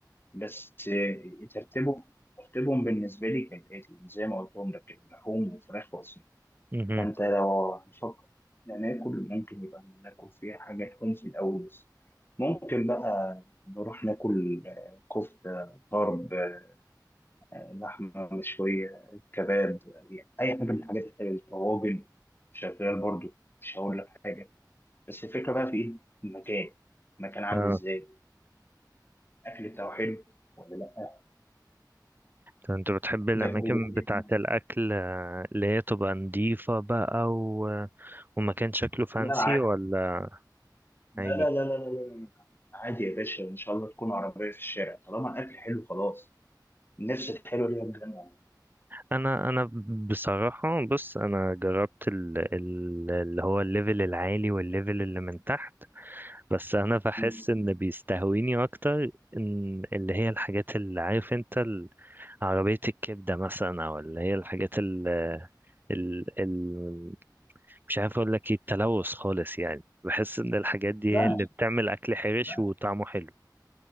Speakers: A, on the left; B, on the right.
A: بس آه، ترتيبهم ترتيبهم بالنسبه لي كالاتي زي ما قلتهم لك لحوم وفراخ واسماك
B: مم.
A: فأنت لو هنفكر ناكل ممكن يبقى ناكل فيها حاجة تكون في الأول بس ممكن بقى نروح ناكل آه، كفتة طرب آه، لحمة مشوية كباب يعني أي حاجة من الحاجات الحلوة دي طواجن شغال برضو مش هقول لك حاجة بس الفكرة بقى في إيه؟ المكان المكان عامل
B: اه
A: إزاي؟ أكل بتاعه حلو ولا لأ؟
B: طب انت بتحب الاماكن
A: ده كله الحاجات
B: بتاعه
A: دي مهمة.
B: الاكل آه، اللي هي تبقى نضيفه بقى و... ومكان شكله فانسي
A: لا عادي
B: ولا
A: لا
B: عادي
A: لا لا لا لا لا. لا. عادي يا باشا إن شاء الله تكون عربية في الشارع طالما الأكل حلو خلاص النفس الحلوه دي بجد يعني
B: انا انا بصراحه بص انا جربت ال... ال... اللي هو الليفل العالي والليفل اللي من تحت بس انا بحس
A: مم.
B: ان بيستهويني اكتر ان اللي هي الحاجات اللي عارف انت ال... عربيه الكبده مثلا او اللي هي الحاجات ال... ال... مش عارف اقول لك ايه التلوث خالص يعني بحس ان الحاجات دي
A: لا
B: هي اللي
A: مش
B: بتعمل اكل حرش
A: لا,
B: وطعمه حلو